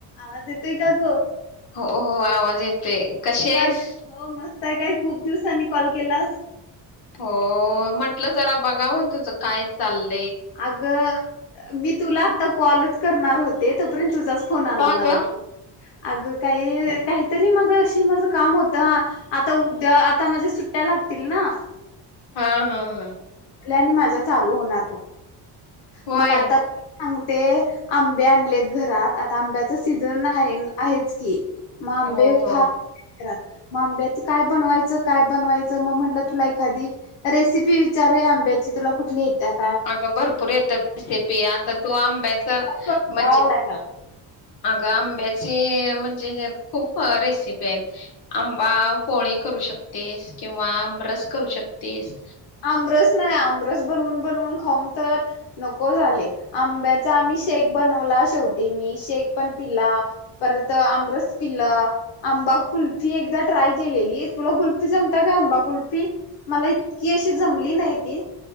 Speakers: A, on the left; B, on the left.
A: आवाज येतोय का गं?
B: हो हो आवाज येत. ततय कशी आहेस?
A: काय <unintelligible> काय खूप दिवसांनी कॉल केलास?
B: हो म्हटलं जरा बघाव तुझं काय चाललं.
A: अग मी तुला आता कॉलच करणार होते तोपर्यंत तुझाच फोन आला
B: का
A: मला.
B: ग
A: अग काही काहीतरी मगाशी माझ काम होतं, हा आता उद्या आता, माझ्या सुट्ट्या लागतील ना.
B: अ हाहा!
A: आणि माझा चालू होणार बघ.
B: होय
A: मग आता सांगते आंबे आणलेत घरात. आता आंब्याच, सीझन आहे आहेच की. म आंबे,
B: हो हो
A: फार आहेत घरात. आंब्याचं काय बनवायचं, काय बनवायचं म म्हंनलं तुला एखादी रेसिपी विचारू या आंब्याची तुला कुठली येतात.
B: अगं भरपूर येतात रेसिपी आता तू आंब्याच म्हणजे
A: कंटाळा आलाय मला
B: अगं आंब्या ते म्हणजे. खूप रेसिपी आहेत आंमं म पोळी करू शक तेस किंवा आमरस. करू शकतीस.
A: आमरस नाही आमरस बनवून, बनवून, खाऊन तर नको झाले आंब्याचा आम्ही शेक बनवला. शेवटी मी शेक पण पिला, परत आमरस पिला, आंबा कुल्फी, एकदा ट्राय केलेली तुला कुल्फी जमता काय आंबा कुल्फी मला इत की अशी जमली नाही ती.